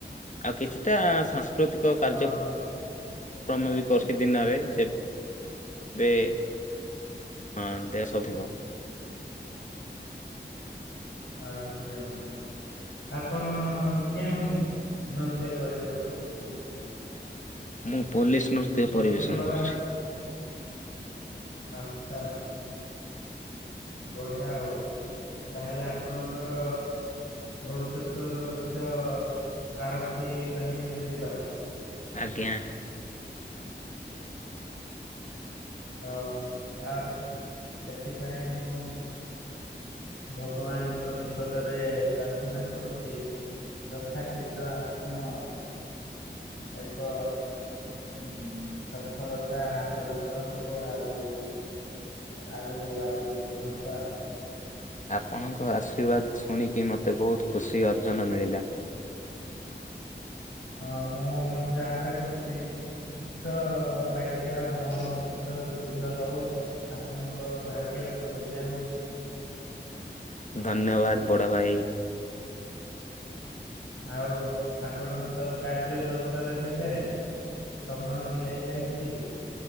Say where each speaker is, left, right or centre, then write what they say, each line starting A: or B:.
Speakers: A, on the left; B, on the left.
A: ଆଉ କିଛିଟା ସାଂସ୍କୃତିକ କାର୍ଯ୍ୟ।
B: ଓହୋ
A: ଶ୍ରମ ବି କରଛି ଦିନରେ ଯେ ଏବେ ହଁ ଦେହ ସ ଥିବ।
B: ଆଜ୍ଞା ଆଜ୍ଞା। ଆପଣ କେଉଁ ନୃତ୍ୟ ପରିବେଷଣ କରୁଛନ୍ତି।
A: ମୁଁ ପୋଲିସ ନୃତ୍ୟ
B: ଭକ୍ତି
A: ପରିବେଷଣ
B: ଭରା
A: କରୁଛି
B: ଆଚଛା ବଢିଆ ଆଉ। ତାହେଲେ ଆପଣଙ୍କର ଭବିଷ୍ୟତ ର ଲକ୍ଷ୍ୟ ଆରକ୍ଷୀ ବାହିନୀରେ ଯିବା।
A: ଆଜ୍ଞା।
B: ଓ ଆର୍ ସେଥିପାଇଁ ମୁଁ ଭଗବାନଙ୍କ ନିକଟରେ ପ୍ରାର୍ଥନା କରୁଛି। ଯଥା ଶୀଘ୍ର ଆପଣ ଏକ ଉ ସଫଳତା ହାସଲ କରନ୍ତି। ତ ଆଉ ଆଗକୁ ଆଗକୁ ବଢନ୍ତୁ ଆଉ।
A: ଆପଣଙ୍କ ଆଶୀର୍ବାଦ ଶୁଣିକି ମୋତେ ବହୁତ ଖୁସି ଅର୍ଜନ ମିଳିଲା!
B: ହଁ ମୁଁ ମଧ୍ୟ ଆଶା କରୁଛି ଶୀଘ୍ର ଲାଗିଯାଉ ମୋତୁଣ୍ତ ସୁତୁଣ୍ଡ ହଉ! ଆପଣଙ୍କ ଭାଗ୍ୟ ଖୋଲି ଯାଉ!
A: ଧନ୍ୟବାଦ ବଡ଼ ଭାଇ!
B: ଆଉ ଆପଣ ତ କାର୍ଯ୍ୟ ବ୍ୟସ୍ତରେ ଥିବେ! ସମୟ ବି ହେଇଯାଇଛି